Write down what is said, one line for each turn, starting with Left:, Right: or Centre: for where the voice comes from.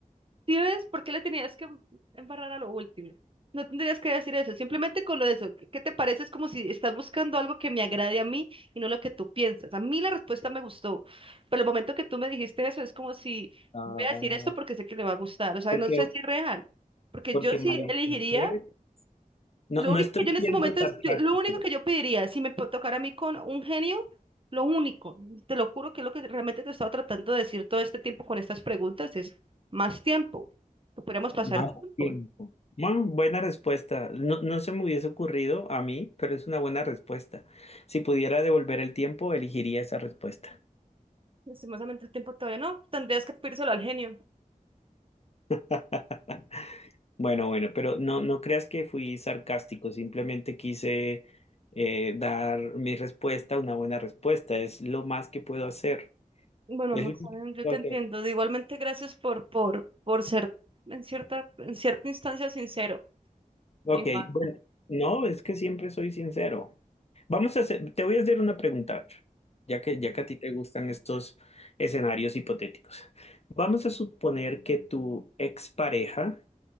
Right: ¿Sí ves por qué le tenías que embarrar a lo último? No tendrías que decir eso, simplemente con lo de eso. ¿Qué qué te parece? Es como si estás buscando algo que me agrade a mí y no lo que tú piensas. A mí la respuesta me gustó, pero el momento que tú me dijiste eso es como si
Left: Ah,
Right: voy a decir esto porque sé que le va a gustar. O sea,
Left: Porque,
Right: no sé si es real, porque
Left: porque
Right: yo sí
Left: malinterpreto.
Right: elegiría
Left: No,
Right: Lo
Left: no
Right: único
Left: estoy
Right: que yo en
Left: siendo
Right: este momento
Left: sarcástico.
Right: es, yo- lo único que yo pediría, si me po- tocara a mí con un genio, lo único, te lo juro que es lo que realmente te he estado tratando de decir todo este tiempo con estas preguntas, es más tiempo, que pudiéramos pasar
Left: Más
Right: tiempo.
Left: tiempo. Bueno, buena respuesta. No, no se me hubiese ocurrido a mí, pero es una buena respuesta. Si pudiera devolver el tiempo, elegiría esa respuesta.
Right: Lastimosamente el tiempo todavía no, tendrías que pedírselo al genio.
Left: <laughs> Bueno, bueno, pero no, no creas que fui sarcástico, simplemente quise eh, dar mi respuesta, una buena respuesta, es lo más que puedo hacer,
Right: Bueno,
Left: es
Right: amor,
Left: lo
Right: saben,
Left: más que
Right: yo
Left: puedo
Right: te entiendo.
Left: hacer.
Right: De igualmente, gracias por, por, por ser en cierta, en cierta instancia sincero. Igual.
Left: Ok, bueno, no, es que siempre soy sincero. Vamos a hacer, te voy a hacer una pregunta, a ver, ya que, ya que a ti te gustan estos escenarios hipotéticos. Vamos a suponer que tu expareja